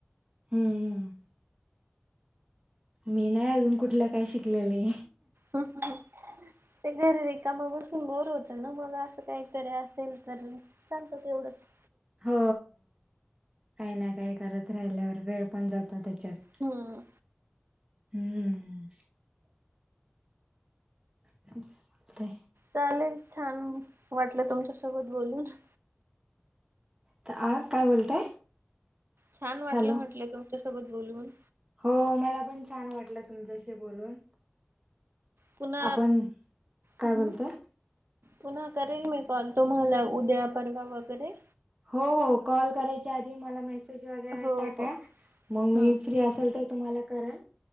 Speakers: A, on the right; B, on the right.
A: हम्म्म मी नाही अजून कुठल काय शिकलेले
B: हम्म ते घरी रिकाम बसुन बोर होत ना मग अस काहीतरी असेल तर चालत तेवढच
A: हो काही ना काही करत राहिल्यावर वेळ पण जातो त्याच्यात
B: हम्म.
A: हम्म चालते
B: चालेल छान वाटल तुमच्यासोबत बोलुन
A: त आ काय बोलताय
B: छान वाटल
A: हॅलो
B: म्हटल तुमच्यासोबत बोलून
A: हो मला पण छान वाटल तुमच्याशी बोलुन
B: पुन्हा
A: आपण काय
B: हम्म
A: बोलताय?
B: पुन्हा करेल मी कॉल तुम्हाला उद्या परवा वगैरे.
A: हो हो कॉल करायच्या आधी मला मेसेज वगैरे
B: हो
A: टाका,
B: हो
A: मग मी
B: हम्म.
A: फ्री असेल तर तुम्हाला करल